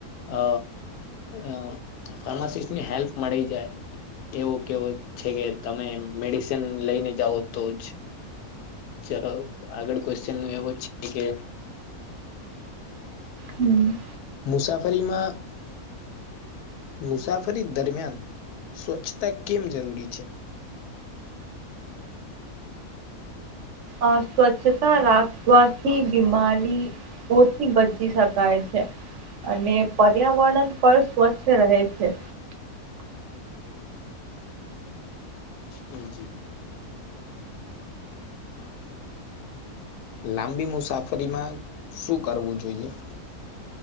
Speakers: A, on the left; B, on the right.
A: અ અ ફાર્માસિસ્ટની હેલ્પ મળી જાય એવું કેવ છે કે તમે મેડિસન લઈને જાઓ તો જ ચલો આગળ ક્વેશ્ચન નું એવું છે કે
B: હમ
A: મુસાફરીમાં મુસાફરી દરમિયાન સ્વચ્છતા કેમ જરૂરી છે
B: આ સ્વચ્છતા રાખવાથી બીમારી ઓથી બચી શકાય છે અને પર્યાવરણ પણ સ્વચ્છ રહે છે
A: હ જી હ લાંબી મુસાફરીમાં શું કરવું જોઈએ